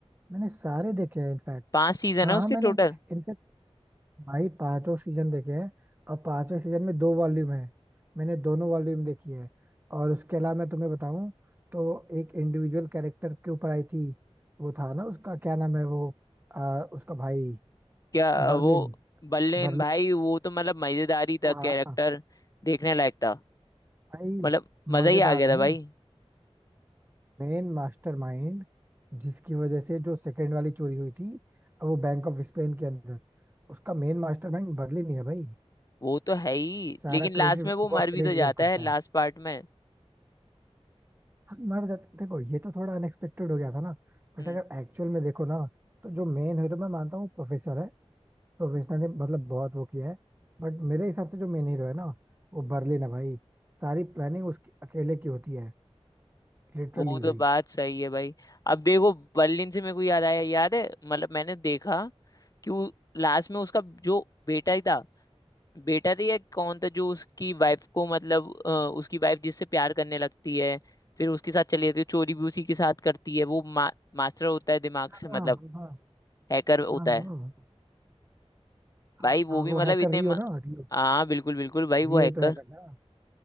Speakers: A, on the right; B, on the left.
A: मैंने सारे देखे हैं इनफैक्ट
B: पांच सीजन
A: हाँ
B: है उसके
A: हाँ मैंने
B: टोटल
A: इनफैक्ट भाई पांचों सीजन देखे हैं और पांचों सीजन में दो वॉल्यूम है मैंने दोनों वॉल्यूम देखी है और उसके अलावा मैं तुम्हें बताऊं तो एक इंडिविजुअल कैरेक्टर के ऊपर आई थी वो था ना उसका क्या नाम है वो आ, उसका भाई
B: क्या
A: बर्लिन
B: वो बल्लेन
A: बर्लिन
B: भाई वो तो मतलब मजेदारी था
A: हाँ
B: कैरेक्टर
A: हाँ,
B: देखने लायक था
A: भाई
B: मतलब मजा
A: मजेदार
B: ही आ गया
A: नहीं
B: था भाई
A: मेन मास्टरमाइंड जिसकी वजह से जो सेकंड वाली चोरी हुई थी वो बैंक ऑफ स्पेन के अंदर उसका मेन मास्टरमाइंड बर्लिन ही है भाई
B: वो तो है ही
A: सारा
B: लेकिन
A: क्रेडिट
B: लास्ट में वो
A: वो
B: मर
A: अकेले
B: भी तो जाता
A: डिजर्व करता
B: है लास्ट
A: है
B: पार्ट में
A: हाँ, मर जाते देखो ये तो थोड़ा अनएक्सपेक्टेड हो गया था ना बट
B: हम्म
A: अगर एक्चुअल में देखो ना तो जो मेन हीरो मैं मानता हूँ प्रोफेसर है प्रोफेसर ने मतलब बहुत वो किया है बट मेरे हिसाब से जो मेन हीरो है ना वो बर्लिन है भाई सारी प्लानिंग उसकी अकेले की होती है लिटरली
B: वो
A: भाई
B: तो बात सही है भाई अब देखो बर्लिन से मेरे को याद आया याद है मतलब मैंने देखा कि वो लास्ट में उसका जो बेटा ही था बेटा था या कौन था जो उसकी वाइफ को मतलब अ, उसकी वाइफ जिससे प्यार करने लगती है फिर उसके साथ चली जाती है चोरी भी उसी के साथ करती है वो मा, मास्टर होता है दिमाग
A: हाँ
B: से मतलब
A: हाँ
B: हैकर होता
A: हाँ हाँ
B: है भाई
A: हाँ,
B: वो
A: हाँ,
B: भी
A: वो
B: मतलब
A: हैकर
B: इतने
A: रियो
B: म-
A: ना रियो
B: हाँ बिल्कुल बिल्कुल भाई
A: रियो
B: वो हैकर
A: ही तो हैकर था